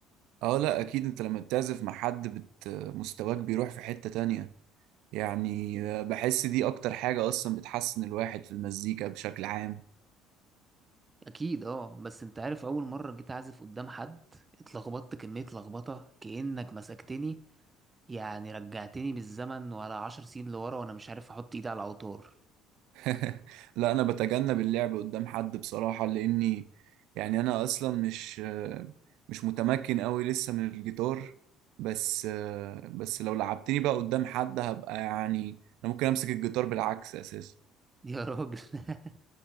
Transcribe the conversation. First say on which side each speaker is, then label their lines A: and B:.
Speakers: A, on the right (about 65°); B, on the right (about 25°).
A: اه لا اكيد انت لما بتعزف مع حد بت... مستواك بيروح في حتة تانية يعني بحس دي اكتر حاجة اصلا بتحسن الواحد في المزيكا بشكل عام
B: اكيد اه بس انت عارف اول مرة جيت اعزف قدام حد اتلخبطت كمية لخبطة كأنك مسكتني يعني رجعتني بالزمن ولا عشر سنين لورا وانا مش عارف احط ايدي على الاوتار
A: <laughs> لا انا بتجنب اللعب قدام حد بصراحة لاني يعني انا اصلا مش مش متمكن قوي لسه من الجيتار بس بس لو لعبتني بقى قدام حد هبقى يعني انا ممكن امسك الجيتار بالعكس اساسا
B: يا راجل <laughs>